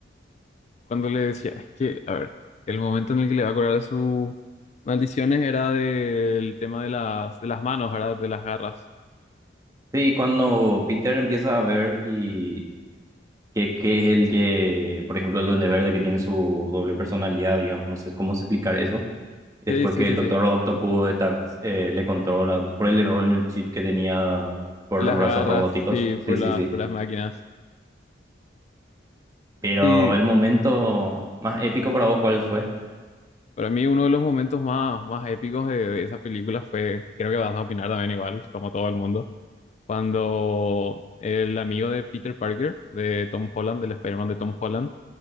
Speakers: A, on the left; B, on the right.
A: cuando le decía, es que, a ver, el momento en el que le va a curar de sus maldiciones era del tema de las, de las manos, ¿verdad? De las garras.
B: Sí, cuando Peter empieza a ver y que, que es el que, por ejemplo, el Duende Verde que tiene su doble personalidad, digamos, no sé cómo explicar eso. Después
A: Sí, sí,
B: que
A: sí,
B: el Doctor
A: sí.
B: Octopus está, eh, le controla por el error en el chip que tenía por
A: De las
B: los brazos
A: garras,
B: robóticos.
A: sí, por
B: Sí, sí,
A: las,
B: sí.
A: por las máquinas.
B: Pero
A: Sí,
B: el momento más épico para vos, ¿cuál fue?
A: para mí uno de los momentos más, más épicos de, de esa película fue, creo que vas a opinar también igual, como todo el mundo, cuando el amigo de Peter Parker, de Tom Holland, del Spider-Man de Tom Holland,